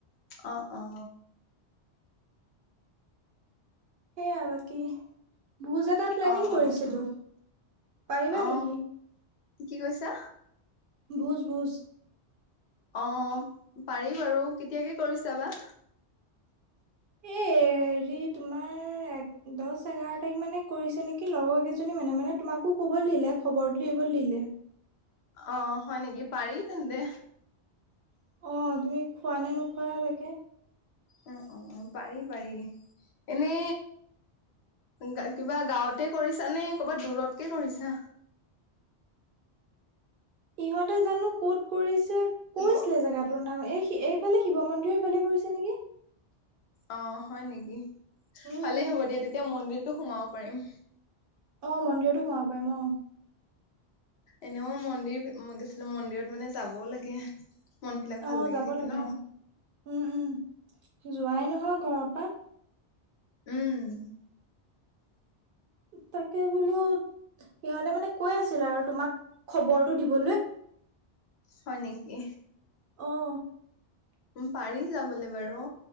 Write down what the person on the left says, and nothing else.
অ', অ', অ',
অ
অ
অ
কি কৈছা?
অ', পাৰি বাৰু, কেতিয়াকে কৰিছাঁ বা?
অ', হয় নেকি, পাৰি তেন্তে।
অ', অ', অ', পাৰি, পাৰি এনে। দা কিবা গাঁৱতে কৰিছাঁ নে ক'ৰবাত দূৰতকে কৰিছাঁ?
হেল্ল'
অ', হয় নেকি।
ভালেই হ'ব দিয়া, তেতিয়া মন্দিৰটো সোমাব পাৰিম।
এনেও মন্দিৰ শিৱ মন্দিৰ-চন্দিৰ মন্দিৰত মানে যাবও লাগে। মন বিলাক
ভাল লাগি
থাকে
ন।
উম,
হয় নেকি
পাৰিম যাবলৈ বাৰু